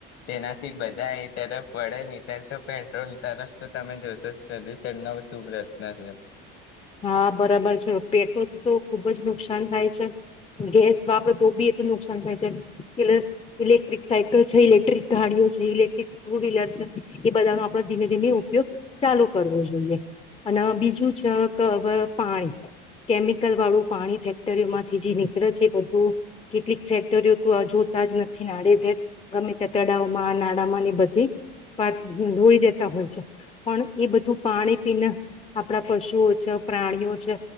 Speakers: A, on the left; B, on the left.
A: જેનાથી બધા એ તરફ વળે. ને ત્યારે તો પેટ્રોલ તરફ તો તમે જોશો પ્રદુષણ નો શું પ્રશ્ન છે.
B: હા બરાબર છે. પેટ્રોલથી તો ખુબ જ નુકસાન થાય છે. ગેસ વાપરે તો બી એટલું નુકસાન થાય છે. એટલે ઇલેક્ટ્રિક સાયકલ છે, ઇલેક્ટ્રિક ગાડીઓ છે, ઇલેક્ટ્રિક ટુ વ્હીલર છે, એ બધાનો આપડ ધીમે ધીમે ઉપયોગ ચાલુ કરવો જોઈએ. અને બીજું છે ક વ પાણી કેમિકલ વાળું પાણી ફેક્ટરીઓ માંથી જે નીકળે છે. બધું કેટલીક ફેક્ટરીઓ તો જોતા જ નથી નાડેદેર ગમે તે તળાવમાં, નાળામાં ની બધી પાત રોઈ દેતા હોય છે. પણ એ બધું પાણી પીને આપણા પશુઓ પ્રાણીઓ છે,